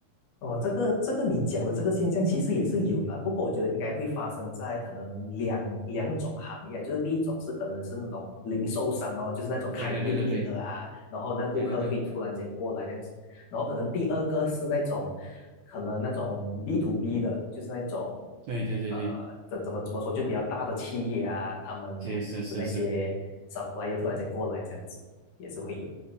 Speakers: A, on the left; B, on the right.
A: 哦，这个这个你讲的这个现象其实也是有的，不过我觉得应该会发生在可能两两种行业，就是第一种是可能是那种零售商哦，就是那种开店面的啊，
B: 对对对对对
A: 然后那顾客会突然间过来这样子，
B: 对对对
A: 然后可能第二个是那种可能那种 B to B 的，就是那种
B: 对对对对，
A: 呃怎怎么怎么说，就比较大的企业啊，他们的那些
B: 是是是是。
A: supplier 突然间过来这样子，也是会有。